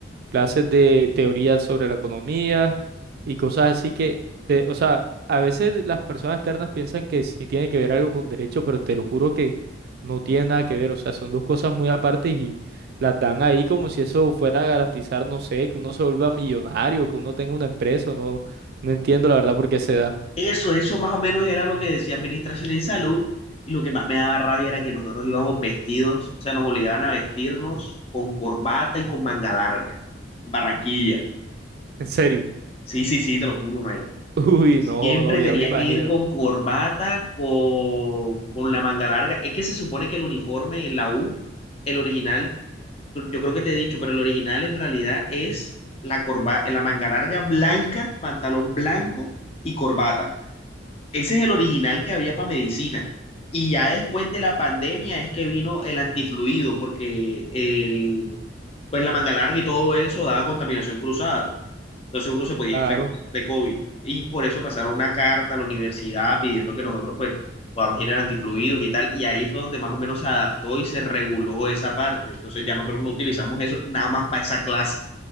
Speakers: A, on the right (about 55°); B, on the left (about 30°).
A: clases de teoría sobre la economía y cosas así que, te- o sea, a veces las personas externas piensan que sí tiene que ver algo con derecho, pero te lo juro que no tiene nada que ver, o sea, son dos cosas muy aparte y las dan ahí como si eso fuera a garantizar, no sé, que uno se vuelva millonario, que uno tenga una empresa, no, no entiendo la verdad por qué se da,
B: Eso, eso más o menos era lo que decía Administración en Salud. Y lo que más me daba rabia era que nosotros íbamos vestidos, o sea, nos obligaban a vestirnos con corbata y con manga larga. Barranquilla.
A: en serio.
B: Sí, sí, sí, te lo juro, mae.
A: <laughs> Uy,
B: Siempre
A: no, no, ya
B: tenía
A: me imagino,
B: que ir con corbata, con, con la manga larga. Es que se supone que el uniforme en la U, el original, yo creo que te he dicho, pero el original en realidad es la corba, la manga larga blanca, pantalón blanco y corbata. Ese es el original que había para medicina. Y ya después de la pandemia es que vino el antifluido, porque el, pues la manga larga y todo eso daba contaminación cruzada. Entonces uno se podía
A: claro.
B: infectar de COVID. Y por eso pasaron una carta a la universidad pidiendo que nosotros pues podamos ir al antifluidos y tal. Y ahí fue donde más o menos se adaptó y se reguló esa parte. Entonces ya nosotros no utilizamos eso nada más para esa clase